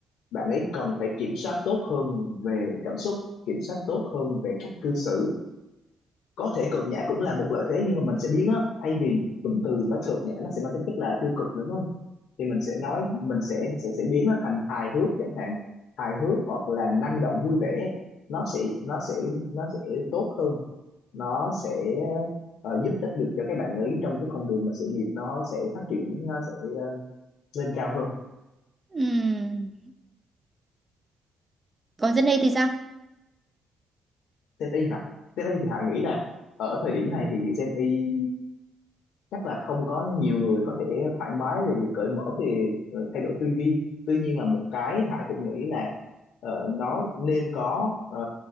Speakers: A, on the left; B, on the right.
A: bạn ấy còn phải kiểm soát tốt hơn về cảm xúc, kiểm soát tốt hơn về cách cư xử có thể cực nhã cũng là một lợi thế nhưng mà mình sẽ biến nó thay vì cụm từ nó cực nhã nó sẽ mang tính chất là tiêu cực đúng không thì mình sẽ nói mình sẽ sẽ sẽ biến nó thành hài hước chẳng hạn hài hước hoặc là năng động vui vẻ nó sẽ nó sẽ nó sẽ tốt hơn nó sẽ ờ, giúp ích được cho các bạn ấy trong cái con đường mà sự nghiệp nó sẽ phát triển nó sẽ ờ, lên cao hơn
B: ừ còn Jenny thì sao
A: Gen Y hả Gen Y thì Hải nghĩ là ở thời điểm này thì Gen Y chắc là không có nhiều người có thể thoải mái về cởi mở về ờ, thay đổi tư duy tuy nhiên là một cái Hải cũng nghĩ là ờ, nó nên có ờ,